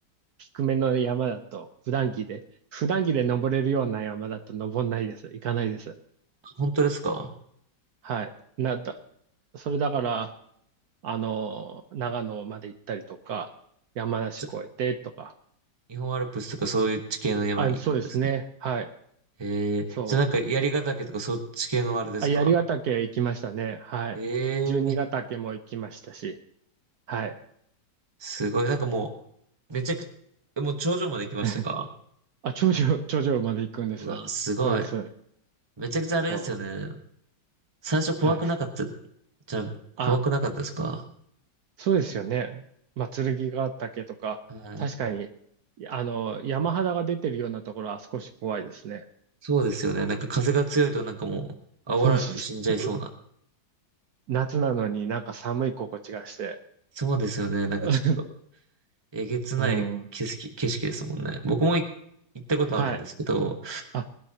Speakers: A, on the right (about 65°); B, on the right (about 20°).
A: 低めの山だと、普段着で、普段着で登れるような山だと登んないです。行かないです。
B: 本当ですか
A: はい。なんだ、それだから、あの、長野まで行ったりとか、山梨越えてとか、
B: じゃ日本アルプスとかそういう地形の山に行くんですね。
A: あ、そうですね。はい。
B: ええじゃあなんか槍ヶ岳とかそっち系のあれですか
A: そう。あ、槍ヶ岳行きましたね。はい。
B: ええ
A: 十二ヶ岳も行きましたし。はい。
B: すごい。なんかもう、めちゃく、もう頂上まで来ましたか
A: <laughs> あ、頂上、頂上まで行くんです。
B: うわ、すごい。
A: そうです。
B: めちゃくちゃあれですよね。
A: そう。
B: 最初怖くなかった、
A: はい。
B: じゃあ怖くなかったですか
A: あ、そうですよね。まあ、剣ヶ岳とか、
B: はい。
A: 確かに、あの、山肌が出てるようなところは少し怖いですね。
B: そうですよね。
A: そ
B: なんか風が強いとなんかもう煽られて死んじゃいそうな。
A: う。そうそうそう。夏なのになんか寒い心地がして。
B: そうですよね。なんかちょっと
A: <laughs>
B: えげつない景色、
A: うん。
B: 景色ですもんね。僕もい行ったことあるんですけど、
A: はい。あ、